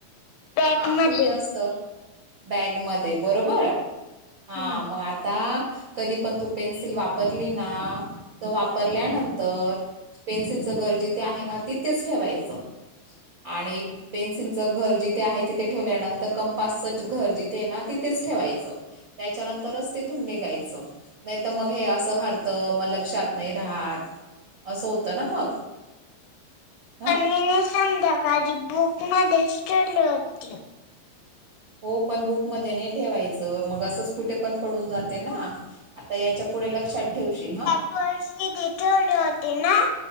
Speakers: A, on the left; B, on the right.
A: बॅक
B: हा
A: मध्ये
B: कुठे असत. बॅग मध्ये बरोबर हा
A: हम्म
B: मग आता कधी पण तू पेन्सिल वापरली ना तर वापरल्यानंतर पेन्सिलचं घर जिथे आहे ना तिथेच ठेवायचं आणि पेन्सिलचं घर जिथे आहे. तिथे ठेवल्यानंतर कंपासचं घर जिथे ना तिथेच ठेवायचं. त्याच्यानंतरच तिथून निघायचं नाही तर मग हे असं हरत मग लक्षात नाही राहत. असं होतं ना मग ह
A: मी न संध्याकाळी बुक मध्ये ठेवली होती.
B: हो पण बुक मध्ये नाही ठेवायचं मग असंच कुठे पण पडून जाते. ना आता याच्या पुढे लक्षात ठेवशील हा
A: तुशी देतले होते ना